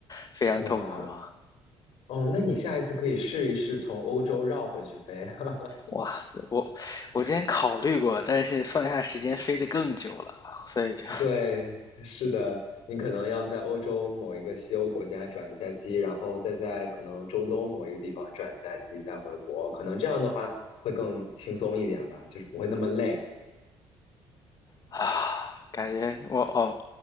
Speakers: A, on the left (about 40°); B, on the left (about 75°).
A: 非常痛苦。
B: 哇。哦，那你下一次可以试一试从欧洲绕回去飞。<laughs>
A: 哇，我我之前考虑过，但是算一下时间飞得更久了，所以就
B: 对，是的，你可能要在欧洲某一个西欧国家转一下机，然后再在可能中东某一个地方转一下机，再回国。可能这样的话会更轻松一点吧，就是不会那么累。
A: 啊，感觉我哦，